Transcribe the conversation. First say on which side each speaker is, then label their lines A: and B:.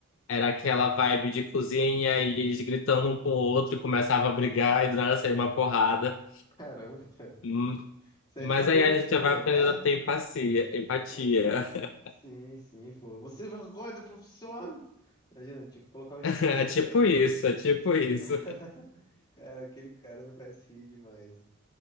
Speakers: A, on the left (about 60°); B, on the left (about 20°).
A: era aquela vibe de cozinha e eles gritando um com o outro e começava a brigar e do nada saía uma porrada.
B: Caramba, cara.
A: Hum,
B: Série
A: Mas
B: de cozinha,
A: aí a gente já vai aprendendo
B: tá?
A: a ter empatia, empatia.
B: Ah, Sim, sim, pô. Você é vergonha da profissão? Imagina, tinha que colocar o Jacan
A: <laughs> É
B: nessa.
A: tipo isso, é tipo isso.
B: <laughs> Cara, aquele cara me faz rir demais.